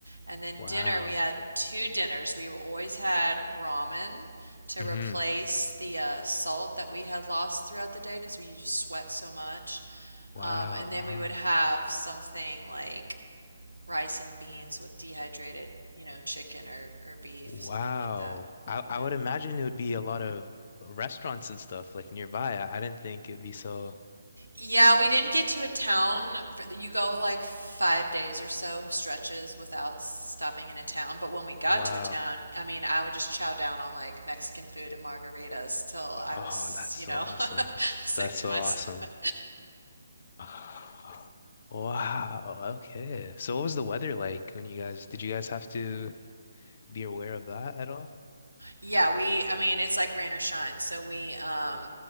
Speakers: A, on the right (about 80°); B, on the left (about 40°).
A: And then
B: Wow.
A: dinner, we had two dinners. We always had ramen to
B: hmm
A: replace the uh, salt that we had lost throughout the day because we just sweat so much.
B: Wow.
A: Um, and
B: Uh-huh.
A: then we would have something like rice and beans with dehydrated, you know, chicken or, or beef,
B: Wow.
A: something like that.
B: I
A: Yeah.
B: I would imagine it would be a lot of restaurants and stuff like nearby. I, I didn't think it would be so
A: Yeah, we didn't get to a town for you go like five days or so stretches without stopping in a town. But when we got
B: Wow.
A: to a town, I mean, I would just chow down on like Mexican food and margaritas till I
B: Oh,
A: was,
B: that's so
A: you know,
B: awesome.
A: <laughs> sick
B: That's so
A: to my
B: awesome.
A: stomach.
B: <sighs> Wow. Okay. So what was the weather like when you guys did you guys have to be aware of that at all?
A: Yeah, we, I mean, it's like rain or shine. So we um